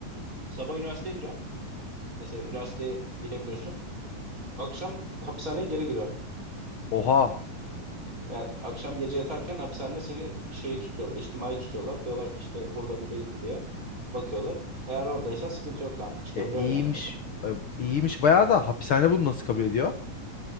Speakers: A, on the right; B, on the left.
A: Sabah üniversiteye gidiyorsun. Mesela üniversiteye gidebiliyorsun. Akşam hapishaneye geri giriyorsun.
B: Oha.
A: Yani akşam gece yatarken hapishanede seni şeyi tutuyorlar. içtimai tutuyorlar. Diyorlar ki işte burada mı değil mi diye bakıyorlar. Eğer oradaysan sıkıntı yok kanka. Çıkabiliyorsun
B: E, iyiymiş.
A: yani.
B: E, iyiymiş bayağı da hapishane bunu nasıl kabul ediyor?